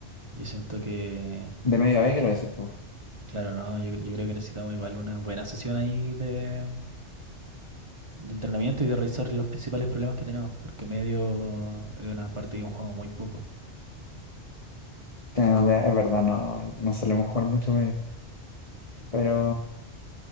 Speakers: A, on the right; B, on the left.
A: Yo siento que.
B: De medio a B quiero decir, pues,
A: Claro, no, yo, cre- yo creo que necesitamos igual una buena sesión ahí de de entrenamiento y de revisar los principales problemas que tenemos, porque medio es una parte que hemos jugado muy poco.
B: de- es verdad, no, no solemos jugar mucho medio. Pero